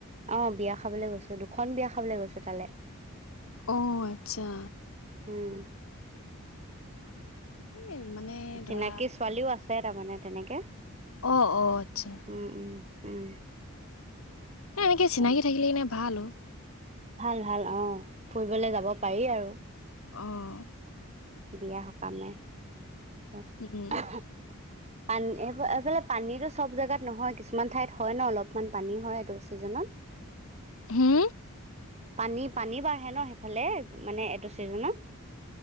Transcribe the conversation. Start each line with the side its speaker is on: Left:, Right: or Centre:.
Right: অ বিয়া খাবলৈ গৈছোঁ দুখন বিয়া খাবলৈ গৈছোঁ তালৈ।
Left: অ আচ্ছা।
Right: উম।
Left: এই মানে
Right: চিনাকি
Left: ধৰা
Right: ছোৱালীও আছে তাৰমানে তেনেকে।
Left: অ অ আচ্ছা।
Right: উম উম উম।
Left: এ এনেকে চিনাকি
Right: তেনেকে
Left: থাকিলে কিনে ভাল অ।
Right: ভাল ভাল অ ফুৰিবলে যাব পাৰি আৰু।
Left: অহ।
Right: বিয়া সকামে তাৰপিছত।
Left: উম
Right: পানী এই এইফালে পানীতো চব জেগাত নহয়। কিছুমান ঠাইত হয় ন অলপমান পানী হয় এইটো চিজনত। উম।
Left: হে।
Right: পানী -পানী বাঢ়ে ন সেইফালে মানে এইটো চিজনত।